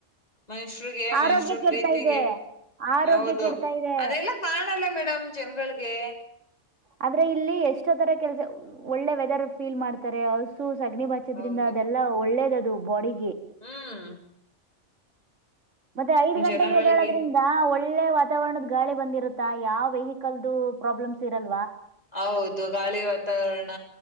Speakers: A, on the left; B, on the right.
A: ಮನುಷ್ಯರಿಗೆ
B: ಆರೋಗ್ಯ
A: ಮನುಷ್ಯರು
B: ಕೆಡ್ತಾ
A: ಪ್ರೀತಿಗೆ
B: ಇದೆ ಆರೋಗ್ಯ
A: ಹೌದು
B: ಕೆಡ್ತಾ ಇದೆ
A: ಅದೆಲ್ಲ ಕಾಣಲ್ಲ ಮೇಡಮ್ ಜನಗಳಿಗೆ
B: ಆದಂದ್ರೆ ಇಲ್ಲಿ ಎಷ್ಟೋ ತರ ಕೆಲಸ ಒಳ್ಳೆ ವೆದರ್ ಫೀಲ್ ಮಾಡ್ತಾರೆ ಸಗಣಿ ಬಚ್ಚದ್ರಿಂದ
A: ಹೌದು
B: ಅದೆಲ್ಲ ಒಳ್ಳೇದ ಅದು ಬಾಡಿ
A: ಹ್ಮ್
B: ಮತ್ತೆ ಐದ್ ಗಂಟೆಗೆ
A: ಜನಗಳಿಗೆ
B: ಎದ್ದೇಳೋದ್ರಿಂದ ಒಳ್ಳೆ ವಾತಾವರಣದ ಗಾಳಿ ಬಂದಿರುತ್ತಾ ಯಾವ ವೆಹಿಕಲ್ದು ಪ್ರಾಬ್ಲಮ್ಸ್ ಇರಲ್ಲ
A: ಹೌದು ಗಾಳಿ ವಾತಾವರಣ